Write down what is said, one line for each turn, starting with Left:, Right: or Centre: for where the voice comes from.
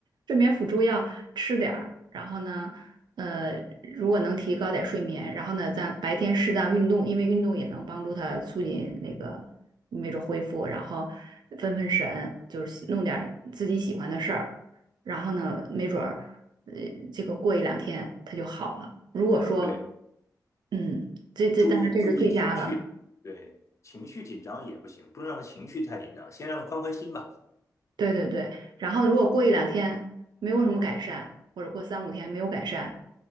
Right: 睡眠辅助药吃点儿，然后呢，呃，如果能提高点睡眠，然后呢，在白天适当运动，因为运动也能帮助他促进那个没准恢复，然后分分神，就是弄点儿自己喜欢的事儿，然后呢，没准儿，呃，这个过一两天他就好了。如果说，
Left: 对，
Right: 嗯，这这当然这是最佳了。
Left: 注意注意情绪，对，情绪紧张也不行，不能让他情绪太紧张，先让他宽宽心吧。
Right: 对对对，然后如果过一两天没有什么改善，或者过三五天没有改善，